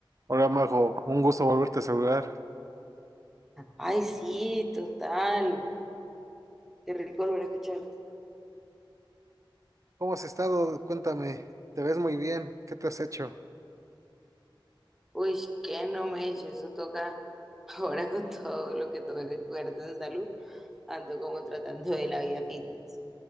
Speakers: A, on the right; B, in the centre.
A: Hola Mago, un gusto volverte a saludar.
B: Ay, sí, total. Qué rico volver a escucharte.
A: ¿Cómo has estado? Cuéntame, te ves muy bien, ¿qué te has hecho?
B: Uy, qué no me eche, eso toca. <laughs> Ahora con todo lo que toca que cuidarte en salud, ando como tratando de la vida fitness.